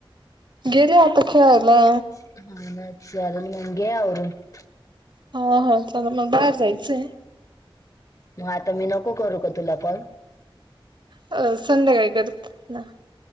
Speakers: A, on the right; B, on the left.
A: गेले आता. खेळायला.
B: <inaudible>
A: हा हा चला मग बाहेर जायचंय.
B: म आता मी नको करू का तुला कॉल,
A: अ संध्याकाळी कर ना.